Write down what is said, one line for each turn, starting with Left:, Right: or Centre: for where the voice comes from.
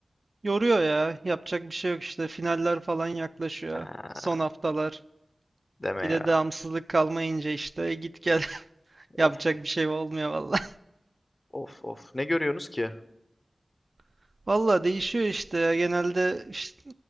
Right: Yoruyor ya. Yapacak bir şey yok işte. Finaller falan yaklaşıyor.
Left: Ha,
Right: Son haftalar.
Left: deme
Right: Bir
Left: ya.
Right: de devamsızlık kalmayınca işte git gel. <laughs> Yapacak
Left: Of of
Right: bir şey olmuyor valla
Left: of. of. Ne görüyorsunuz ki?
Right: <laughs> valla değişiyor işte ya. Genelde işte